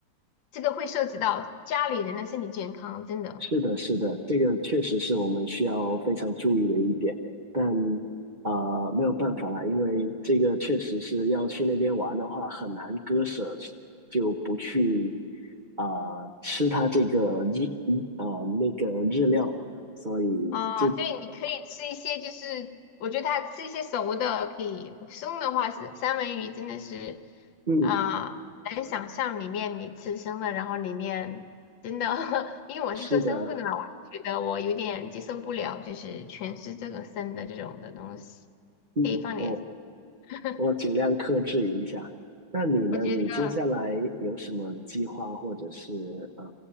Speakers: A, on the left (about 75°); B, on the right (about 35°).
A: 这个会涉及到家里人的身体健康，真的。
B: 是的，是的，这个确实是我们需要非常注意的一点，但啊、呃没有办法啦，因为这个确实是要去那边玩的话，很难割舍，就不去啊、呃吃它这个日啊、呃那个日料，所以这
A: 哦，对，你可以吃一些，就是我觉得它吃一些熟的可以，生的话是三文鱼真的是，
B: 嗯
A: 啊、很难想象里面你吃生的，然后里面真的，<laughs> 因为我是做生物的嘛，
B: 是的，
A: 我觉得我有点接受不了，就是全是这个生的这种的东西，
B: 嗯我
A: 可以放点，<laughs>
B: 我尽量克制一下。那你呢？
A: 我觉得。
B: 你接下来有什么计划或者是呃